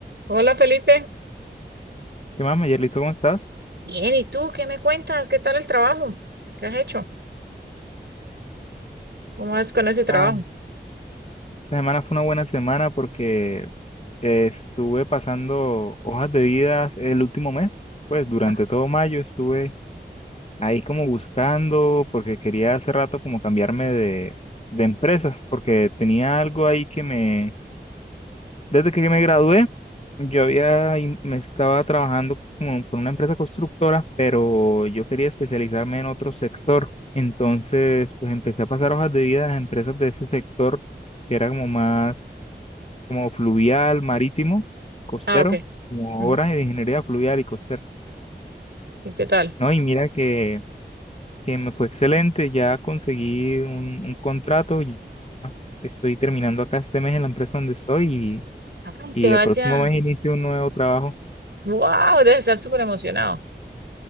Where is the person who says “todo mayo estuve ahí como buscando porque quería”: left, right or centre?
Left